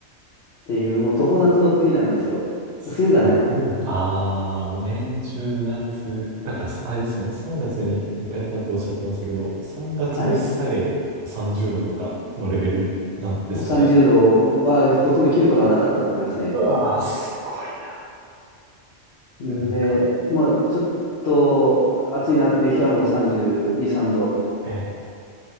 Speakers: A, on the left; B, on the right.
A: っていう、もう常夏の国なんですよ。
B: すごい。
A: 冬がない。
B: ああ、もう年中夏。だから、あれですよね。3月に行かれたっておっしゃってましたけど、3月でさえ30度とかのレベルなんですかね。
A: はい。30度はほとんど切ることはなかったと思いますね。
B: うわあ、すごいな。
A: んで、
B: なんか、
A: まあ、ちょっと暑いなっていう日はもう32、3度
B: ええ